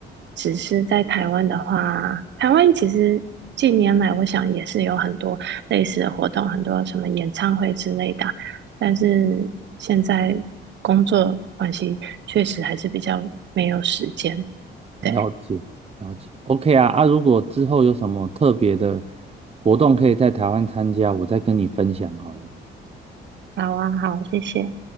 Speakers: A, on the right (about 65°); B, on the right (about 30°).
A: 只是在台湾的话，台湾其实近年来我想也是有很多类似的活动，很多什么演唱会之类的，但是现在工作关系，确实还是比较没有时间。
B: 了解了解，OK
A: 对。
B: 啊啊！如果之后有什么特别的活动可以在台湾参加，我再跟你分享好了。
A: 好啊，好，谢谢。